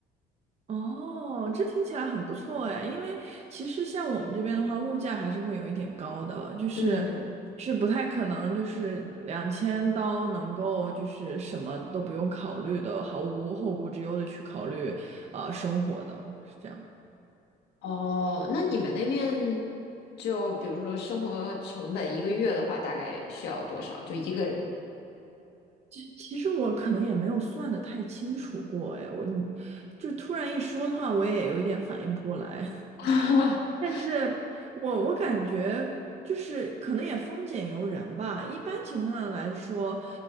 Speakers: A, on the right; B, on the left.
A: 哦，这听起来很不错哎，因为其实像我们这边的话，物价还是会有一点高的，就是是不太可能就是两千刀能够就是什么都不用考虑的，
B: <laughs> 嗯
A: 毫无后顾之忧的去考虑呃生活的，是这样。
B: 哦，那你们那边就比如说生活成本一个月的话，大概需要多少？就一个人？
A: 其其实我可能也没有算的太清楚过哎，我你就突然一说的话，我也有一点反应不过来。
B: <laughs>
A: 但是我我感觉就是可能也丰俭由人吧。一般情况下来说，